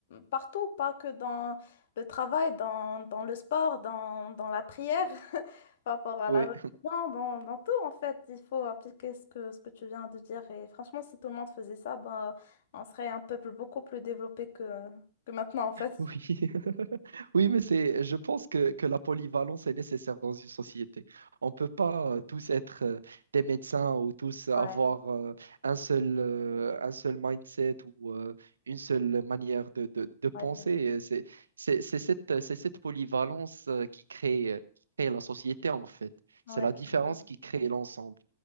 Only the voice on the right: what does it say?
Oui.
Oui, <laughs> oui, mais c'est, je pense que, que la polyvalence est nécessaire dans une société. On ne peut pas euh, tous être euh, des médecins ou tous avoir
euh, un seul, euh, un seul mindset ou euh, une seule manière de, de, de penser.
Et C'est, c'est, c'est cette, c'est cette polyvalence euh, qui crée, euh, qui crée la société, en fait. C'est
la
différence
qui crée l'ensemble.